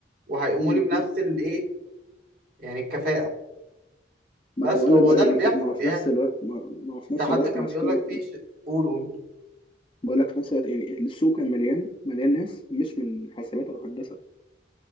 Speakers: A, on the right (about 50°); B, on the left (about 30°).
A: وهيقوموا
B: مم.
A: لي بنفس الايه يعني الكفاءة
B: ما
A: بس
B: انا بقول
A: هو
B: لك بقى
A: ده اللي
B: يعني
A: بيحصل
B: في- ما هو في
A: يعني
B: نفس الوقت ما ما هو في
A: انت
B: نفس
A: حتى
B: الوقت
A: كان
B: مع
A: بيقول
B: كده
A: لك في ش... قول قول قول.
B: بقول لك في نفس الوقت يعني السوق كان مليان مليان ناس مش من حاسبات او هندسه